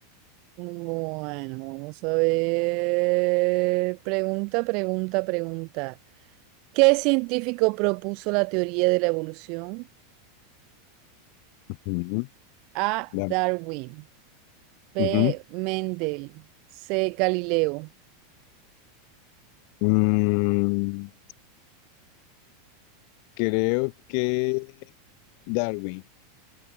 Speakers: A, on the right (about 55°); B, on the left (about 55°).
A: Bueno, vamos a ver. Pregunta, pregunta, pregunta. ¿Qué científico propuso la teoría de la evolución?
B: Ujú.
A: A.
B: Da-
A: Darwin. B.
B: ujú.
A: Mendel. C. Galileo.
B: Mm, creo que Darwin.